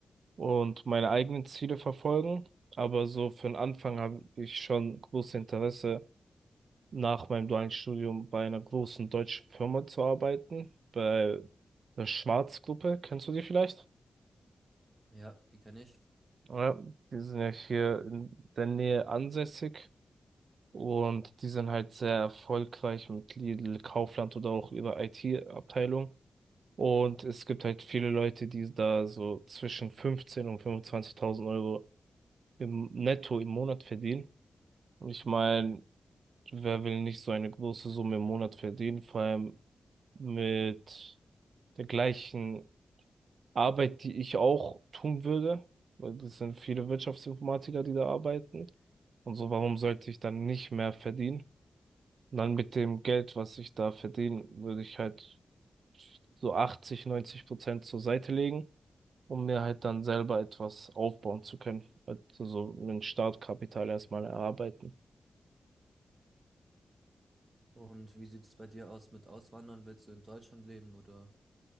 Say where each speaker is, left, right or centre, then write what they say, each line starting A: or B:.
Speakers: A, on the right; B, on the right.
A: und meine eigenen Ziele verfolgen. Aber so für den Anfang habe ich schon großes Interesse, nach meinem dualen Studium bei einer großen deutschen Firma zu arbeiten, bei der Schwarz-Gruppe. Kennst du die vielleicht?
B: Ja, die kenne ich.
A: Ja, die sind ja hier in der Nähe ansässig und die sind halt sehr erfolgreich mit Lidl, Kaufland oder auch ihrer IT-Abteilung. Und es gibt halt viele Leute, die da so zwischen 15 und 25.000 Euro im Netto im Monat verdienen. Ich meine, wer will nicht so eine große Summe im Monat verdienen, vor allem mit der gleichen Arbeit, die ich auch tun würde, weil das sind viele Wirtschaftsinformatiker, die da arbeiten. Und so, warum sollte ich dann nicht mehr verdienen? Und dann mit dem Geld, was ich da verdiene, würde ich halt so 80, 90 Prozent zur Seite legen, um mir halt dann selber etwas aufbauen zu können. Also so ein Startkapital erstmal erarbeiten.
B: Und wie sieht es bei dir aus mit Auswandern? Willst du in Deutschland leben oder?